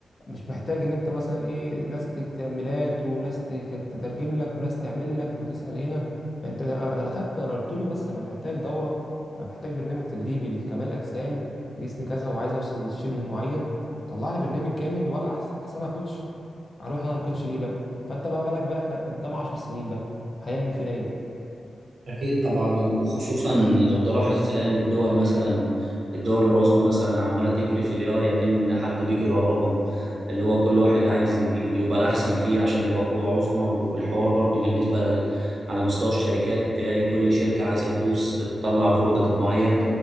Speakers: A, on the left; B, on the right.
A: مش محتاج ان انت مثلا ايه ناس تك- تعملات وناس تك- تترجم لك وناس تعمل لك وتسأل هنا ما انت انا انا خدت انا قلت له بس انا محتاج دورة انا محتاج برنامج تدريبي لكمال اجسام جسمي كذا وعايز اوصل للشبه المعين طلع لي برنامج كامل ولا احسن احسنها كوتش هروح انا الكوتش ليه بقى فانت بقى بالك بقى احنا قدام 10 سنين بقى هيعمل فينا ايه
B: أكيد طبعا وخصوصا لو تلاحظ تلاقي إن الدول مثلا الدول العظمى مثلا عمالة تجري في الاي كأن حد بيجري وراهم اللي هو كل واحد عايز ي- يبقى الأحسن فيه عشان يبقى قوة عظمى والحوار برضو بالنسبة لل... على مستوى الشركات تلاقي كل شركة عايزة تدوس تطلع برودكت معين